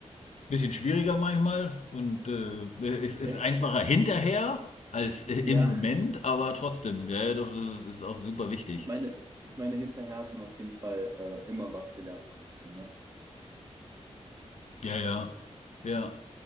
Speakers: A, on the left; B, on the right.
A: bisschen schwieriger manchmal und äh, es
B: <laughs>
A: ist einfacher hinterher als äh, im
B: ja,
A: Moment, aber trotzdem, ja, ja, doch, das ist, ist auch super wichtig.
B: ich meine, ich meine, hinterher hat man auf jeden Fall äh, immer was gelernt, so ein bisschen, ne?
A: Ja, ja, ja.